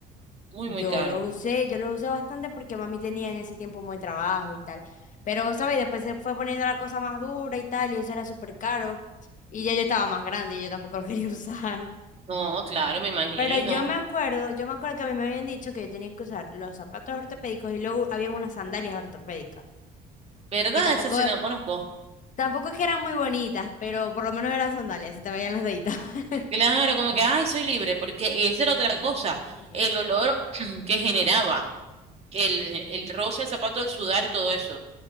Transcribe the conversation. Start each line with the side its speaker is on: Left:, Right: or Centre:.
Right: Muy,
Left: Yo
Right: muy caro.
Left: los usé, yo los usé bastante porque mami tenía en ese tiempo un buen trabajo y tal. Pero, vos ¿sabes? Después se fue poniendo la cosa más dura y tal, y eso era súper caro. Y ya yo estaba más grande y yo tampoco lo quería <laughs> usar.
Right: No, claro, me imagino.
Left: Pero yo me acuerdo, yo me acuerdo que a mí me habían dicho que yo tenía que usar los zapatos ortopédicos y luego habían unas sandalias ortopédicas.
Right: ¿Verdad?
Left: Que tampoco,
Right: Esa sí no la conozco.
Left: tampoco es que eran muy bonitas, pero por lo menos eran sandalias, se te veían los deditos. <laughs>
Right: Claro, como que, ay, soy libre, porque esa era otra cosa.
Left: Sí.
Right: El olor <clears throat> que generaba, el, el roce, el zapato, el sudar y todo eso.